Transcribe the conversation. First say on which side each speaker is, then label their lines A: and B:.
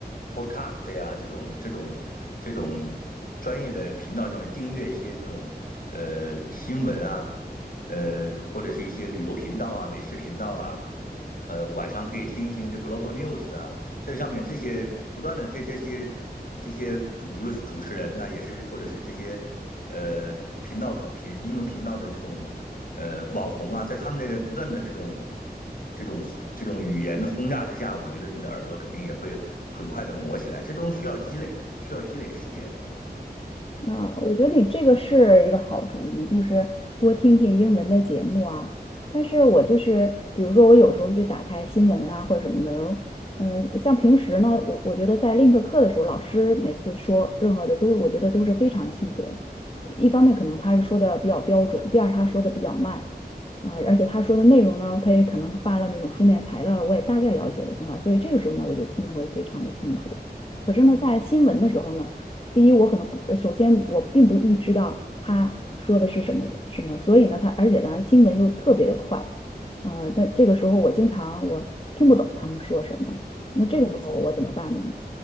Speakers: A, on the left; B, on the left.
A: Podcast 呀这种这种这种专业的频道上面订阅一些这种呃新闻啊。呃，或者是一些旅游频道啊、美食频道啊，呃，晚上可以听一听这 Global News 啊，这上面这些不断的这这些这些主无论是主持人呐、也是或者是这些呃频道主频英文频道的这种呃网红啊，在他们的不断的这种这种这种语言的轰炸之下，我觉得你的耳朵肯定也会很快的磨起来，这都需要积累，需要积累时间。
B: 啊，我觉得你这个是一个好主意，就是多听听英文的节目啊。但是我就是，比如说我有时候去打开新闻啊或者什么的，嗯、像平时呢，我我觉得在 link 课的时候，老师每次说任何的都，我觉得都是非常清楚的。一方面可能他是说的比较标准，第二他说的比较慢，啊、而且他说的内容呢，他也可能发了那种书面材料，我也大概了解了情况，所以这个时候呢，我就听得会非常的清楚。可是呢，
A: 嗯哼
B: 在新闻的时候呢。第一，我可能不，呃首先我并不预知到他说的是什么什么，所以呢，他而且呢，新闻又特别的快，呃，那这个时候我经常我听不懂他们说什么，那这个时候我怎么办呢？
A: 嗯。